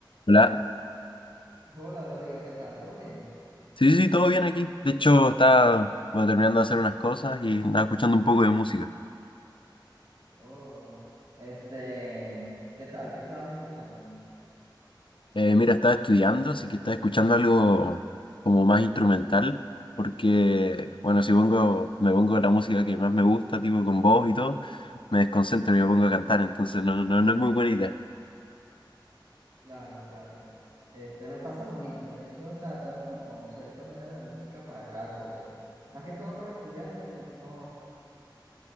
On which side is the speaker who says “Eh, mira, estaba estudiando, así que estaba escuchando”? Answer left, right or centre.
Left